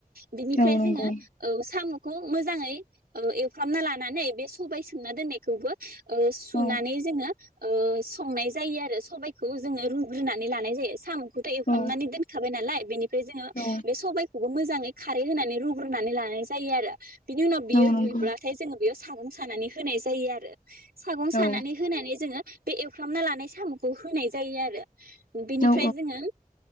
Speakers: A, on the right (about 85°); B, on the left (about 65°).
A: बिनिफ्राय
B: औ नंगौ
A: जोङो औ साम' खौ मोजाङै ओ एवफ्रामना लानानै बे सबाय सोमना दोननायखौबो ओ सुनानै
B: औ
A: जोङो ओ संनाय जायो आरो सबायखौ जोङो रु रुनानै लानाय जायो साम' खौथ' एवफ्रामनानै
B: औ
A: दोनखाबाय नालाय बिनि फ्राय जोङो
B: औ
A: बे सबाय खौबो मोजाङै खारै होनानै रुग्रोनानै लानाय जायो आरो। बिनि उनव बियो
B: औ नंगौ औ नंगौ
A: रुइब्लाथाय जोङो बेयाव सागं सानानै होनाय जायो आरो। सागं
B: औ
A: सानानै होनानै जोङो बे एवफ्रामना लानाय साम'खौ होनाय जायो आरो ओ बेनिफ्राय
B: औ
A: जोङो